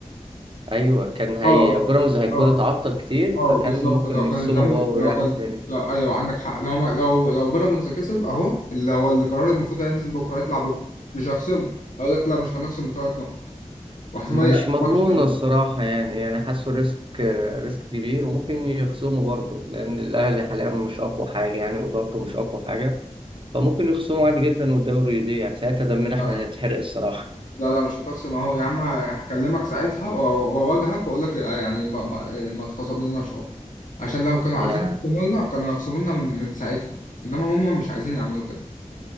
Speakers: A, on the right; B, on the left.
A: أيوه كان هي
B: اه
A: بيراميدز هيكون
B: اه
A: اتعطل كتير
B: اه
A: فكان
B: بالظبط
A: ممكن
B: لو
A: يخصموا
B: كان الزمالك
A: بقى ويريحوا
B: لو كان
A: الدنيا
B: لو ايوه عندك حق لو ما... لو لو بيراميدز كسب اهو اللي هو القرار المفروض هينزل بكره هيطلع بكره مش هخصمه هقول لك لا مش هنخصم ثلاث نقط واحتمال
A: مش
B: يعطيك
A: مضمونة
B: ماتش كمان
A: الصراحة يعني يعني حاسه ريسك ريسك كبير وممكن يخصموا برضه لأن الأهلي حاليا مش أقوى حاجة يعني إدارته مش أقوى حاجة فممكن يخصموا عادي جدا والدوري يضيع ساعتها دمنا
B: لا
A: إحنا
B: لا لا
A: هنتحرق الصراحة
B: لا لا مش هتخصم اهو يا عم هكلمك ساعتها و- و- واواجهك واقول لك آه، يعني ما ما, ما تخصملناش اهو عشان لو كانوا عايزين
A: يا
B: يخصموا لنا كانوا يخصموا لنا من من ساعتها انما هم مش عايزين يعملوا كده